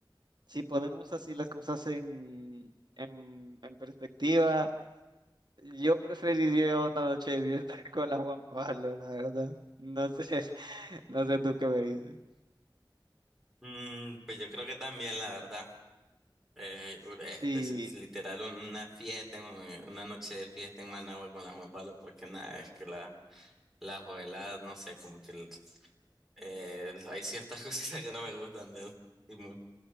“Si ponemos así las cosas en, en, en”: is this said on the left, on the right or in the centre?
Right